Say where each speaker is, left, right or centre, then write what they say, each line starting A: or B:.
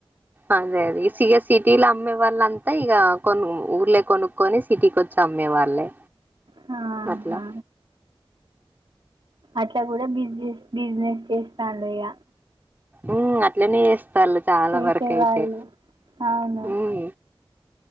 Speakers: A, on the right; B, on the right.
A: అదే అదే ఇగ సిటీలో అమ్మే వాళ్ళంతా ఇక కొను ఊర్లే కొనుక్కోని సిటీకి వచ్చా అమ్మే వాళ్ళే
B: హా
A: అట్లా
B: హా అట్లా కూడా బిజీ బిజినెస్ చేస్తాడు ఇగ
A: ఉ అట్లనే చేస్తాలు చాలా
B: చేసేవాళ్ళు
A: వరకు అయితే
B: అవును
A: ఉమ్